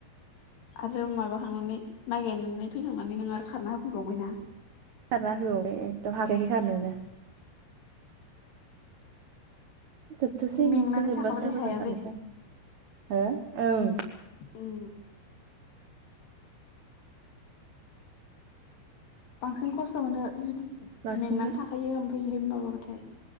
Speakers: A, on the left (about 65°); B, on the right (about 80°).
A: आरो माबाखांनानै माइ गायनानै फैखांनानै नों आरो खारना होफैबावबायना
B: खारना होफैबावबाय एकदम हाखायाखै खारनोनो जोबथोंसै
A: मेंनानै
B: इखो जोब्बासो
A: थाखाबाथाय
B: मोजां
A: हायालै
B: खारनिसै आं हो ओं
A: उम बांसिन खस्थ' मोनो जुदि
B: बांसिन
A: मेंनानै थाखायो ओमफ्रायहाय माबाबाथाय